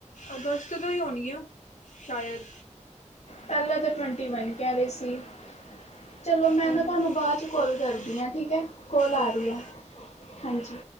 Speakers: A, on the left; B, on the left.
A: ਅਗਸਤ ਤੋਂ ਹੀ ਹੋਨੀਆ ਸ਼ਾਯਦ।
B: ਪਹਿਲਾਂ ਤੇ ਟਵੈਂਟੀ ਵਨ ਕਹਿ ਰਹੇ ਸੀ। ਚਲੋ ਮੈਂ
A: ਹੁਣ
B: ਨਾ ਤੁਹਾਨੂੰ ਬਾਦ ਚ ਕੋਲ
A: ਓਕੇ
B: ਕਰਦੀ ਆ ਠੀਕ ਐ, ਕੋਲ ਆ
A: ਓਕੇ
B: ਰਹੀ ਐ। ਹਾਂਜੀ।